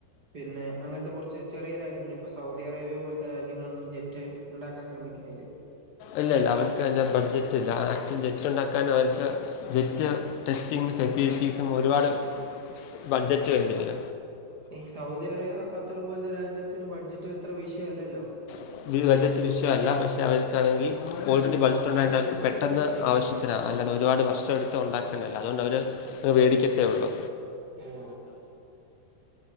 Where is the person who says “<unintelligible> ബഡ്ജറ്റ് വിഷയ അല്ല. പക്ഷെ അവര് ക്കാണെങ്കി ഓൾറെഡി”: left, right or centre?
Left